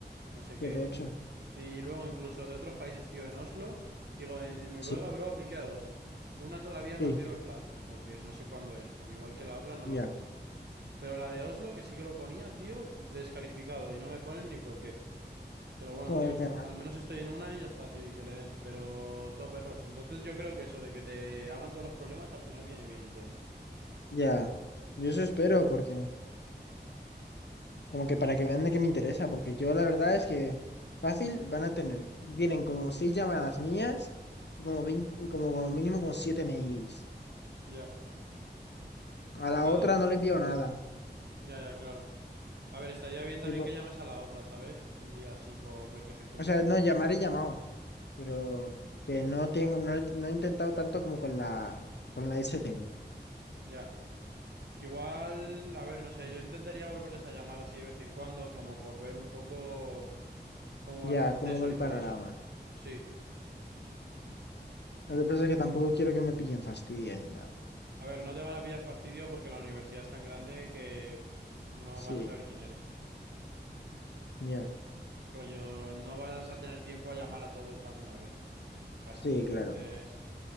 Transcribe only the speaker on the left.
Pero
ocho.
Sí,
sí,
ya.
Joder,
qué mal.
Ya. Yo eso espero porque... Como que para que vean de qué me interesa, porque yo la verdad es que fácil van a tener, tienen como seis llamadas mías y como 20 y como mínimo como siete mails.
A
la
otra no le envío nada.
Tipo,
o sea, no, llamar he llamado, pero que no tengo, no, he- no he intentado tanto como con la, con la S STU.
Ya,
como va el
panorama.
Lo que pasa es que tampoco quiero que me pillen fastidio ni nada.
Sí,
ya.
Sí,
claro.